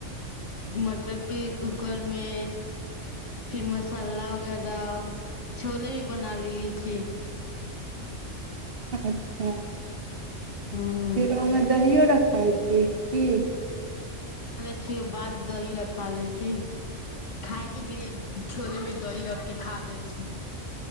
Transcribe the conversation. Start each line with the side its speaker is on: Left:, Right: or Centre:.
Left: मटर के कूकर मे फिर मसाला वगैरह छोले भी बना ल छी
Right: अच्छा
Left: ह
Right: फेर ओहिमे दहिओ रखाइ छीिय की
Left: उ के बाद दही रखा ले छी खााय केर छोले मे दही रख के खा ले छी